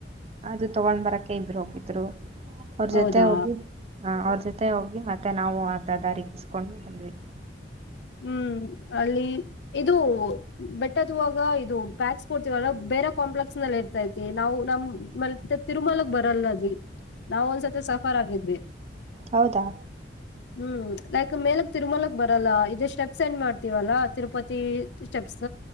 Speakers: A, on the right; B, on the left.
A: ಅದು ತಗೊಂಡ್ ಬರಕ್ಕೆ ಇಬರು ಹೋಗಿದ್ರು ಅವ್ರ
B: ಹೌದಾ
A: ಜೊತೆ ಹೋಗಿ ಹ ಅವ್ರ ಜೊತೆ ಹೋಗಿ ಮತ್ತೆ ನಾವು ಅರ್ಧ ದಾರಗಿಸಕೊಂಡು ಬಂದವಿ
B: ಹ್ಮ್ ಅಲ್ಲಿ ಇದು ಬೇ ಟ್ಟಗ ಇದು ಬ್ಯಾಗ್ಸ್ ಕೊಡ್ತೀವಲ್ಲ ಬೇರೆ ಕಾಂಪ್ಲೆಕ್ಸ್ ನಲ್ಲಿ ಇರ್ತೈತಿ ನಾವು ನಮ್ಮ್ ತಿಮಲ ಬರಲ್ಲ ನಾವ ಒಂದ್ಸತಿ ಸಫರ್ ಆಗಿದ್ವಿ
A: ಹೌದಾ
B: ಹ್ಮ್ ಲೈಕ್ ಮೇಲಕ್ ತಿರುಮಲಕ್ ಬರಲ್ಲ ಇದೆ ಸ್ಟೆಪ್ಸ್ ಏನ್ ಮಾಡ್ತೀವಲ್ಲ ತಿರುಪತಿ ಸ್ಟೆಪ್ಸ್